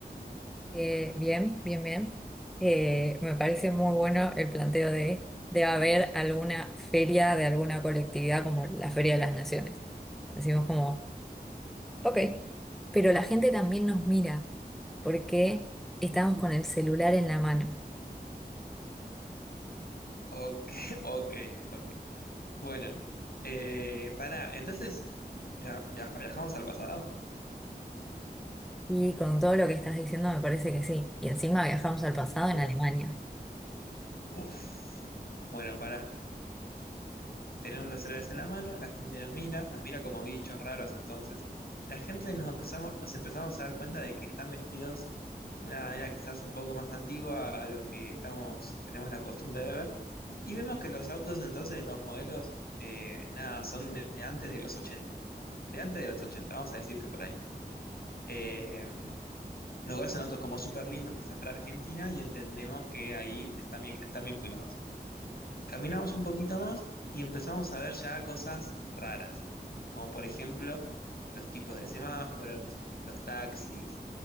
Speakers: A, in the centre; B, on the left.
A: Eh, bien, bien, bien. Eh, me parece muy bueno el planteo de debe haber alguna feria de alguna colectividad como la Feria de las Naciones. Decimos como Ok, pero la gente también nos mira porque estamos con el celular en la mano.
B: Ok, <laughs> ok, ok. Bueno, eh, para, entonces, ya, viaja- viajamos al pasado.
A: Y con todo lo que estás diciendo me parece que sí. Y encima viajamos al pasado
B: Uf,
A: en Alemania.
B: uf. Bueno, para. tenemos los celulares en la mano, la gente nos mira, nos mira como bichos raros entonces. La gente nos empezamos, nos empezamos a dar cuenta de que están vestidos de una manera quizás un poco más antigua a lo que estamos, tenemos la costumbre de ver. Y vemos que los autos entonces, los modelos, eh, nada, son de de antes de los ochenta, De antes de los 80, vamos a decir que por ahí. Eh, lugares en autos como súper lindos, quizás para Argentina, y entendemos que ahí están bien, están bien cuidados. Caminamos un poquito más y empezamos a ver ya cosas raras, como por ejemplo los tipos de semáforos, los taxis,